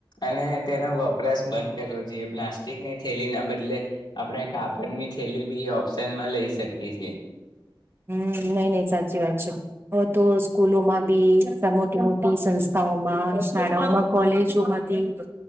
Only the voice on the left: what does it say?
અને તેનો વપરાશ બંધ કરવો જોઈએ પ્લાસ્ટિકની થેલીના બદલે આપણે કાપડની થેલી બી એ ઓપ્શનમાં લઈ શકીએ છીએ.